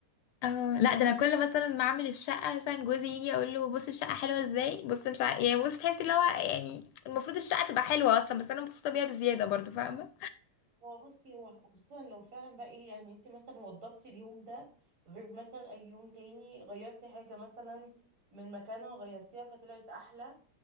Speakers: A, on the left; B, on the right.
A: اه لا ده انا كل مثلا ما اعمل الشقه مثلا جوزي يجي اقول له بص الشقه حلوه ازاي بص مش عارف يعني بص تحسي اللي هو يعني المفروض الشقه تبقى حلوه اصلا بس انا مبسوطه بيها بزياده برضو فاهمه
B: هو بصي هو خصوصا لو فعلا بقى ايه يعني انت مثلا وضبتي اليوم ده غير مثلا اي يوم تاني غيرتي حاجة مثلا من مكانها غيرتيها فطلعت احلى